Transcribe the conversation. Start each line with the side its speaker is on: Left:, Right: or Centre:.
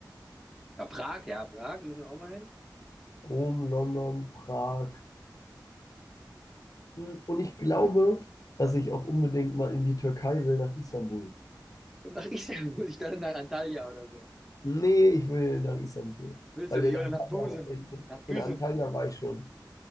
Centre: Ja, Prag, ja, Prag müssen wir auch mal hin.
Left: Rom, London, Prag. Hm, Und ich glaube, dass ich auch unbedingt mal in die Türkei will, nach Istanbul.
Centre: Und nach Istanbul, muss ich dann nach Antalya oder so.
Left: Nee, ich will nach Istanbul.
Centre: Willst
Left: Weil
Centre: du nicht?
Left: in Antalya,
Centre: Oder nach Bosum,
Left: in,
Centre: nach Büsum.
Left: in Antalya war ich schon.